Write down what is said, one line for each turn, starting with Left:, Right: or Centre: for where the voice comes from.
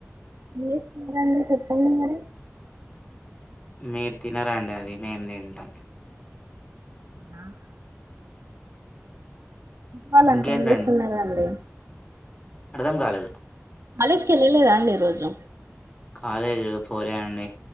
Right: ఏం చెస్తున్నారండి చెప్పండి మరి
Left: మీరు తినరండి అది మేం తింటాం
Right: ఆహ్ వాళంత
Left: ఇంకేంటండి
Right: ఏం చేస్తున్నారండి
Left: అర్థం కాలేదు
Right: కాలేజీకి ఏళ్లలేదా అండి ఈ రోజు
Left: అయ్యయ్యో పోలే అండి.